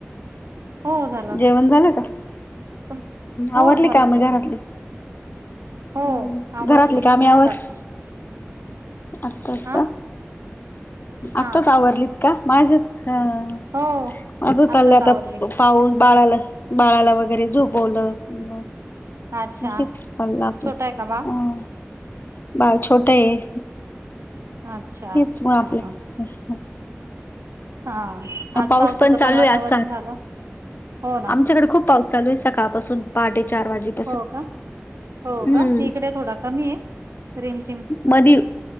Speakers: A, on the right; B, on the left.
A: हो झालं
B: जेवण झालं का?
A: तुम हो
B: आवरली
A: झालं
B: कामं
A: जेवण
B: घरातली?
A: हो
B: हम्म,,
A: आवरले
B: घरातली कामे आवरली,
A: आत्ताच
B: आताच
A: हा
B: का. आताच
A: हा
B: आवरलीत का, माझं,
A: हो
B: माझं
A: आत्ताच
B: चाललंय
A: आवरली
B: आताऽ पाऊस बाळाला, बाळाला वगैरे झोपवलं, मगऽ
A: अच्छा
B: तेच चाललंय आपलं,,
A: छोटा आहे का बाळ
B: हं,, बाळ छोटंय.
A: अच्छा
B: हेच, मग आपलं,,
A: हा हा
B: मग
A: हा आज
B: पाऊस
A: पावसाचं
B: पण चालू
A: वातावरण
B: आहे असान,
A: झालं हो ना
B: आमच्याकडे खूप पाऊसऽ चालू आहे सकाळपासून, पहाटे चार वाजेपासून
A: हो का, हो
B: हम्म
A: का, इकडे थोडा कमी आहे, रिमझिम.
B: मधी,